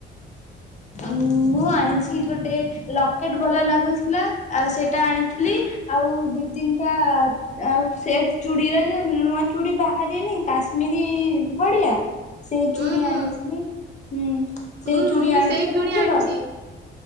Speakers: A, on the right (about 55°); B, on the left (about 35°).
A: <inaudible>
B: ମୁଁ ଆଣିଛି ଗୋଟେ ଲକେଟ୍ ଭଲ ଲାଗୁଥିଲା ଆଉ ସେଇଟା ଆଣିଥିଲି। ଆଉ ଦି ତିନଟା ଆଉ ସେ ଚୁଡିର ଯେ ନୂଆ ଚୁଡ଼ି ବାହାରିନି କାଶ୍ମୀରୀ ଭାଡ଼ିଆ? ସେଇ
A: ହୁଁ
B: ଚୁଡ଼ି
A: ହୁଁ
B: ଆଣିଥିଲି ହୁଁ ସେଇ
A: ହୁଁ
B: ଚୁଡ଼ି
A: ମୁଁ ବି
B: ଆଣିଥିଲି
A: ସେଇ ଚୁଣି
B: ମୁଁ କହିଲି
A: ଆଣିଛି
B: ର